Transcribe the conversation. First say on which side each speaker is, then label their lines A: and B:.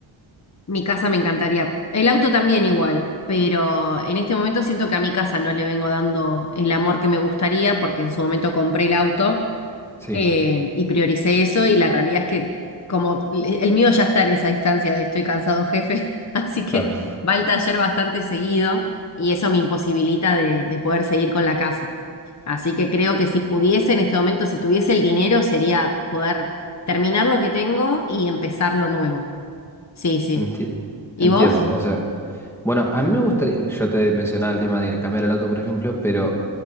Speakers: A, on the left (about 35°); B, in the centre.
A: mi casa me encantaría. El auto también igual, pero en este momento siento que a mi casa no le vengo dando el amor que me gustaría porque en su momento compré el auto.
B: Sí.
A: Eh, y prioricé eso y la realidad es que como e, el mío ya está en esa instancia de estoy cansado, jefe, <laughs> así que
B: claro.
A: va al taller bastante seguido y eso me imposibilita de, de poder seguir con la casa. Así que creo que si pudiese en este momento, si tuviese el dinero, sería poder terminar lo que tengo y empezar lo nuevo. Sí, sí.
B: Enti-
A: ¿Y
B: entiendo,
A: vos?
B: o sea, bueno, a mí me gustaría, yo te mencionaba el tema de cambiar el auto, por ejemplo, pero